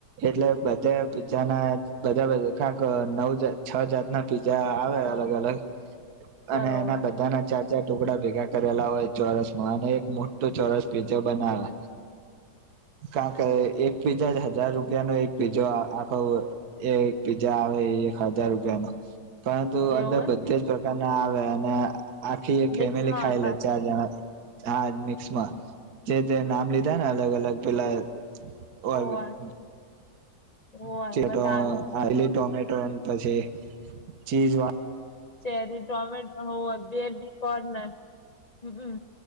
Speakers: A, on the right (about 60°); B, on the left (about 75°).
A: એટલે બધે પિઝા ના બધા <unintelligible> છ જાતના પીઝા આવે
B: બરોબર
A: અલગ અલગ.
B: બરોબર
A: અને એના બધાના ચાર ચાર ટુકડા ભેગા કરેલા હોય ચોરસ માં અને એક મોટું ચોરસ પીઝો બનાવે. કારણ કે એક પીઝા હજાર રૂપિયાનો એક પીઝો આખો <unintelligible> પીઝા આવે એક હજાર રૂપિયાનો પરંતુ
B: એવું
A: અંદર
B: એમ
A: બધે જ પ્રકારના આવે અને આખી એક
B: મિક્સમાં
A: ફેમિલી ખાઈ
B: આવતા
A: લે ચાર જણા હા મિક્સમાં જે તે નામ લીધા ને અલગ અલગ પેલા <unintelligible>
B: હોવે હોવે
A: <unintelligible>
B: બધા
A: આલી ટોમેટો પછી ચીઝ વા
B: ચેરી ટોમેટો હો <unintelligible> હમ.